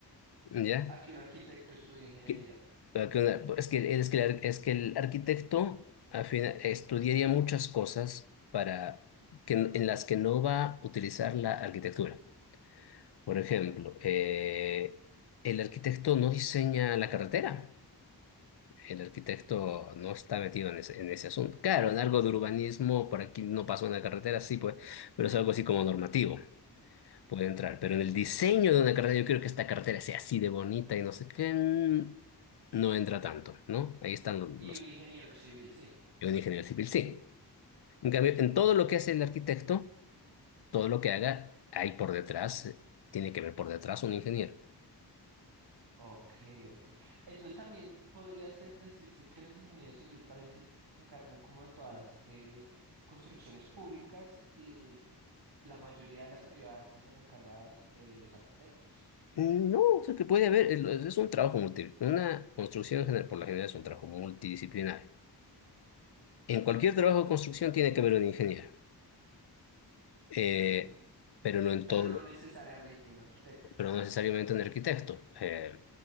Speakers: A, on the left (about 70°); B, on the right (about 65°).
A: ¿Ya?
B: A que un arquitecto estudie ingeniería.
A: Que- eh, que una- Es que, es que, el, ar- es que el arquitecto al final, estudiaría muchas cosas para que, en las que no va a utilizar la arquitectura. Por ejemplo, eh, el arquitecto no diseña la carretera. El arquitecto no está metido en ese, en ese asunto. Claro, en algo de urbanismo, por aquí no pasó una carretera, sí, pues, pero es algo así como normativo. puede entrar,
B: Wow.
A: pero en el diseño de una cartera, yo quiero que esta cartera sea así de bonita y no sé qué, mm, no entra tanto, ¿no? Ahí están los,
B: Y
A: los-
B: un ingeniero civil, sí.
A: un ingeniero civil, sí. En cambio, en todo
B: Ah,
A: lo que hace el arquitecto, todo lo que haga, hay por detrás, eh, tiene que ver por detrás un ingeniero.
B: Ok, ok. Entonces también podría ser decirse que los ingenieros civiles también se, se encargan como de todas las eh, construcciones públicas y La mayoría de las privadas sí son encargadas eh, los arquitectos.
A: Mm, No, o sea, que puede haber, eh, lo- es un trabajo multi, una construcción en general, por la general es un trabajo multidisciplinario. En cualquier trabajo de construcción tiene que haber un ingeniero, eh,
B: Ujú.
A: pero no en
B: Pero
A: todo,
B: no necesariamente un arquitecto.
A: pero no necesariamente un arquitecto. Eh,